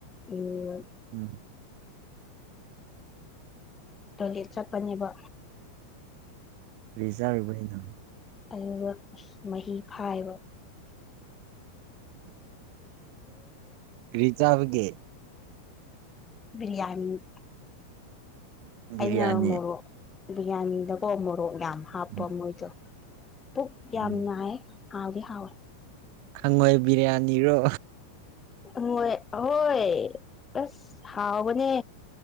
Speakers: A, on the left; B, on the right.
A: ꯎꯝ
B: ꯎꯝ
A: ꯇꯣꯏꯂꯦꯠ ꯆꯠꯄꯅꯦꯕ
B: ꯀꯔꯤ ꯆꯥꯔꯨꯕꯩꯅꯣ
A: ꯑꯩꯗꯣ ꯃꯍꯤ ꯐꯥꯏꯕ
B: ꯀꯔꯤ ꯆꯥꯕꯒꯦ
A: ꯕꯤꯔꯤꯌꯥꯅꯤ
B: ꯕꯤꯔꯌꯥꯅꯤ
A: ꯑꯩꯅ ꯃꯣꯔꯣꯛ ꯕꯤꯔꯤꯌꯥꯅꯤꯗꯀꯣ ꯃꯣꯔꯣꯛ ꯌꯥꯝ ꯍꯥꯞꯄ
B: ꯎꯝ
A: ꯃꯣꯏꯗꯣ ꯄꯨꯛ ꯌꯥꯝ
B: ꯎꯝ
A: ꯅꯥꯏ ꯍꯥꯎꯗꯤ ꯍꯥꯎꯋꯦ
B: ꯈꯪꯉꯣꯏ ꯕꯤꯔꯤꯌꯥꯅꯤꯔꯣ
A: ꯍꯣꯏ ꯍꯣꯏ ꯑꯁ ꯍꯥꯎꯕꯅꯦ